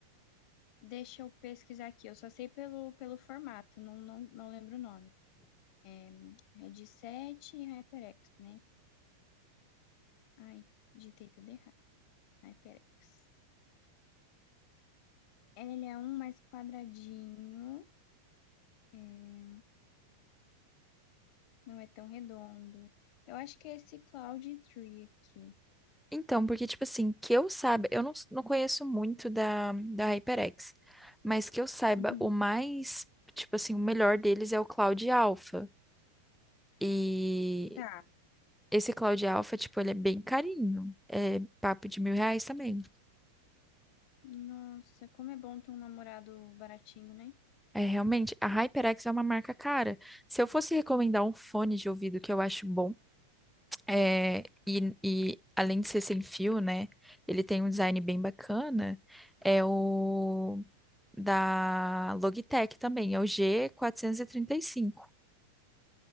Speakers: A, on the left; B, in the centre.
A: Deixa eu pesquisar aqui, eu só sei pelo, pelo formato, não, não, não lembro o nome. É, headset e HyperX, né? Ai, digitei tudo errado. HyperX. Ele é um mais quadradinho, é, não é tão redondo. Eu acho que é esse Cloud Tree aqui.
B: Então, porque, tipo assim, que eu saiba, eu não, não conheço muito da, da HyperX, mas que eu saiba,
A: Uhum.
B: o mais, tipo assim, o melhor deles é o Cloud Alpha. E
A: Tá.
B: esse Cloud Alpha, tipo, ele é bem carinho. É papo de mil reais também.
A: Nossa, como é bom ter um namorado baratinho, né?
B: É, realmente, a HyperX é uma marca cara. Se eu fosse recomendar um fone de ouvido que eu acho bom, é, e, e além de ser sem fio, né, ele tem um design bem bacana, é o. da Logitech também, é o g quatrocentos e trinta e cinco.